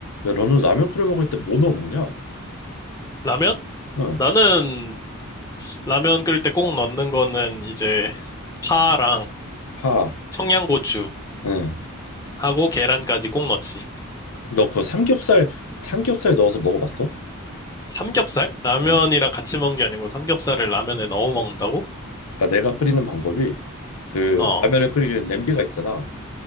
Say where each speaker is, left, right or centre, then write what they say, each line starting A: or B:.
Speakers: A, on the left; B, on the left.
A: 야, 너는 라면 끓여 먹을 때 뭐 넣어 먹냐?
B: 라면?
A: 응,
B: 나는 라면 끓일 때 꼭 넣는 거는 이제 파랑
A: 파.
B: 청양고추
A: 응.
B: 하고 계란까지 꼭 넣지.
A: 너 그거 삼겹살, 삼겹살 넣어서 먹어봤어?
B: 삼겹살? 라면이랑
A: 응.
B: 같이 먹는 게 아니고 삼겹살을 라면에 넣어 먹는다고?
A: 그러니까 내가 끓이는 방법이 그
B: 어,
A: 라면을 끓이는 냄비가 있잖아.